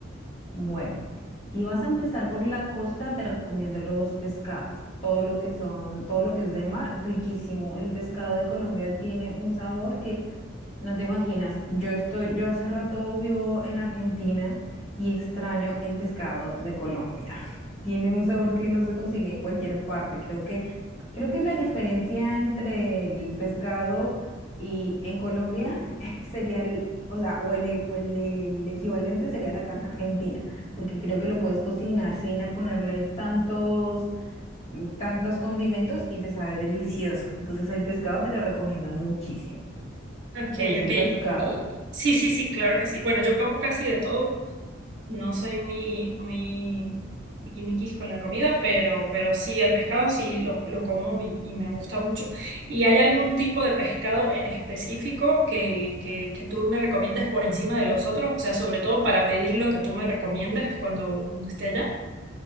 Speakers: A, on the left; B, on the right.
A: Bueno, si vas a empezar por la costa, te recomiendo los pescados, todo lo que son, todo lo que es de mar, riquísimo. El pescado de Colombia tiene un sabor que No te imaginas, yo estoy, yo hace rato vivo en Argentina y extraño el pescado de Colombia. <laughs> Tiene un sabor que no se consigue en cualquier parte. Creo que, creo que la diferencia entre el pescado y en Colombia <laughs> sería el, o sea, o el, e- o el, el equivalente sería la carne argentina, porque creo que lo puedes cocinar sin a ponerle tantos, mm, tantos condimentos y te sabe delicioso. Entonces el pescado te lo recomiendo muchísimo.
B: Ok,
A: ¿Te gusta
B: ok.
A: el pescado?
B: Y- Sí, sí, sí, claro que sí. Bueno, yo como casi de todo. No soy muy, muy tiquismiquis con la comida, pero, pero sí, el pescado sí lo, lo como y, y me gusta mucho. ¿Y hay algún tipo de pescado en específico que, que, que tú me recomiendas por encima de los otros? O sea, sobre todo para pedir lo que tú me recomiendas cuando, cuando esté allá.